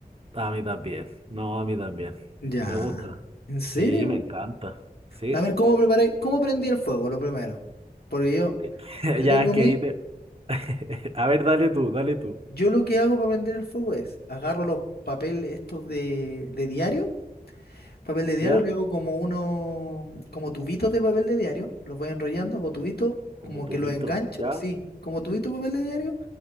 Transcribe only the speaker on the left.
Ya.
¿En serio?
A ver, ¿cómo preparé, cómo prendí el fuego lo primero? Porque yo,
yo
tengo
mi,
yo lo que hago para prender el fuego es, agarro los papeles estos de, de diario, papel de diario,
le hago como uno, como tubitos de papel de diario, los voy enrollando, hago tubito,
como
que los engancho,
sí, como tubito de papel de diario,